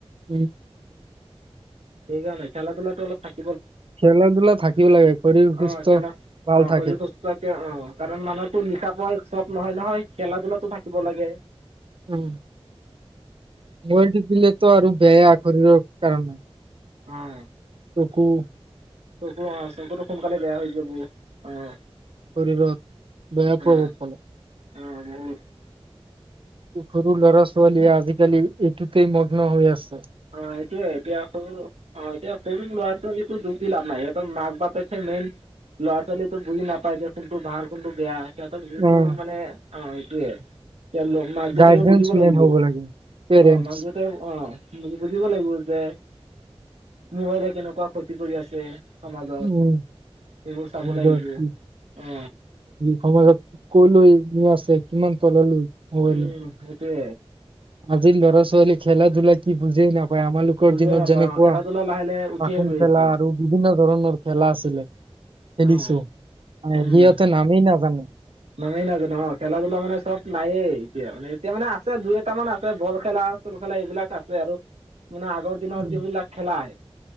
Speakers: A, on the right; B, on the right.
A: উম <unintelligible>
B: সেই কামে <unintelligible> খেলা ধূাটো অল থ <unintelligible>
A: খেলা-ধূলা থাকিব লাগে শৰীৰ
B: অঁ
A: সুস্থ
B: খেলা
A: ভাল
B: অঁ শৰীৰ
A: থাকে।
B: সুস্থকে অঁ কাৰণ মানুহতো লিখা পাঢ়াই চব নহয় নহয় <inaudible> খেলা-ধূলাটো থাকিব লাগে।
A: উম, মোবাইল টিপিলেটো আৰু বেয়া শৰীৰৰ কাৰ নাই
B: অ <inaudible>
A: ৰুকো <unintelligible>
B: চুকোৱা আ <unintelligible> চকুতো সোনকালে বেয়া হৈ যাব আহ-অ-অ
A: শৰীৰত বেয়া প্ৰভাৱ পৰে।
B: বহুত <inaudible>
A: সৰু ল'ৰা ছোৱালীয়ে আজিকালি এইটোতেই মগ্ন হৈ আছ
B: অ' সেইটোৱে সেইটোৱে এতিয়া সৰু অ এতিয়া সৰু ল'ৰা ছোৱালীকো দুখ দি লাভ নাই ই ত মাক বাপেক সে মেইন ল'ৰা ছোৱালী তো বুজি নাপায় যে কোনটো ভাল কোনটো বেয়া। সিহঁতক যিহেতটো
A: উম
B: মানে অ' সেইটোৱে ইয়াত মাক দেউতাক
A: গাৰ্জেনছ
B: বুজিব লাগিব
A: মেইন হ'ব
B: অ
A: লাগে। পেৰেণ্টছ
B: মাক দেউতাই অ বুজিব লাগিব যে মোবাইলে কেনেকুৱা ক্ষতি কৰি আছে। সমাজত
A: উম
B: সেইবোৰ চাব
A: সমাজত
B: লাগিব
A: ক কি
B: অ
A: সমাতত কলৈ আছে কিমান তললৈ মোবাইলে।
B: উম <inaudible> টোৱে
A: আজিৰ ল'ৰা ছোৱালী খেলা ধূলা কি বুজে নাপ হয় আমাৰালোকৰ
B: বুজিয়ে
A: দিনত
B: নাপাওঁ
A: যেনেকুৱা,
B: খেলা ধূলা লাহে লাহে উঠিয়ে
A: পাকোন
B: গৈ
A: খেলা
B: আছে
A: আৰু বিভিন্ন ধৰণৰ খেলা আছিলে। খেলিছোঁ,
B: অ
A: হয়
B: উম
A: সিহঁতে নামেই নাজানে।
B: নামেই নাজানোঁ অ', খেলা ধূলা মানে চব নায়েই এতিয়া মানে এতিয়া মানে আছে দুই এটা মান আছে, বল খেলা চল খেলা এইবিলাক আছে আৰু। মানে আগৰ দিন
A: উম
B: যিবিলাক খেলাই